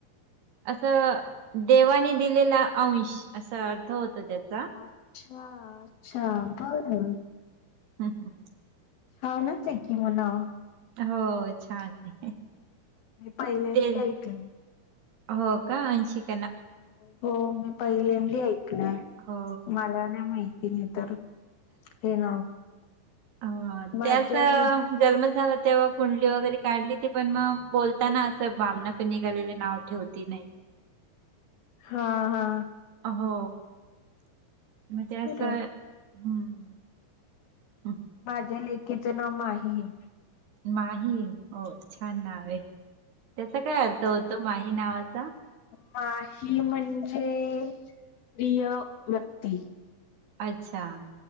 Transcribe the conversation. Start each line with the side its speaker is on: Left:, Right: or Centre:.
Right: असं देवाने दिलेला अंश असा अर्थ होतो त्याचा
Left: अच्छा अच्छा बरं
Right: हम हं
Left: हो छानच आहे की मग नाव.
Right: हो छान आहे.
Left: मी पहिल्यांदी
Right: ते
Left: ऐकले.
Right: हो का अंशिक
Left: हो हो मी पहिल्यांदी ऐकलं
Right: हो
Left: मला नाही माहिती नाही तर हे नाव
Right: अ
Left: माझ्याने
Right: त्याचा जन्म झाला तेव्हा कुंडली वगैरे काढली ती पण मग बोलताना असं बामनाकडे निघालेले नाव ठेवती नाही.
Left: हा हा
Right: हो मग ते असं
Left: बरं
Right: हम्म ह
Left: माझ्या लेकीचं नाव माही आहे.
Right: माही हो
Left: हम्म.
Right: छान नाव आहे त्याचा काय अर्थ होतो माही नावाचा?
Left: माही म्हणजे प्रिय व्यक्ती.
Right: अच्छा